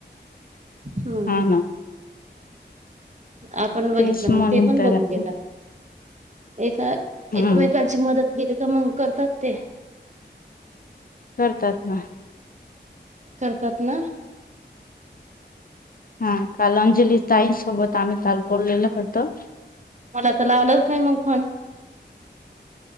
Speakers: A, on the right; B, on the left.
A: म्हणून
B: हा ना.
A: आपण बघितलं
B: तेच म्हणून
A: मग ते पण
B: तर
A: बघून
B: आहे.
A: घेतात. एका
B: हम्म
A: एकमेकांची मदत केली तर मग करतात ते.
B: करतात ना.
A: करतात ना.
B: हा काल अंजली तई सोबतमही काल बोललेला होतो
A: मला तर लावलंच नाही मग फण